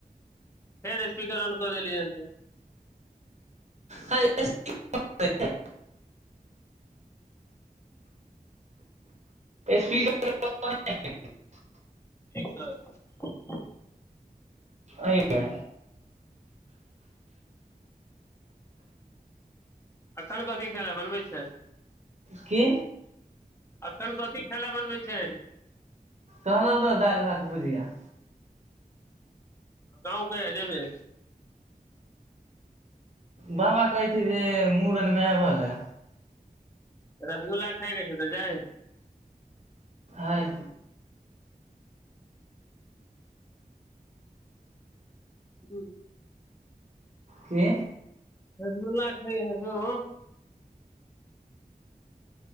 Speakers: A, on the left; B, on the right.
A: हे रे स्पीकर अन कऽ देली हन तु
B: हइ स्पीकर ऑन नइ छै स्पीकर ऑफ कर दही ने
A: एक त <unintelligible>
B: अही के
A: अखन कथी खायल बनबै छै
B: की
A: अखन कथी खायला बनबै छै
B: कहलउ तऽ दालि भात भुजिया
A: गाउँ कहिया जेबही
B: बाबा कहै छै जे मूड़नमे आबअ लै
A: रसगुल्ला खाय जाय छै तऽ जाइ
B: आय
A: ही
B: के
A: रसगुल्ला खाय हा सेहो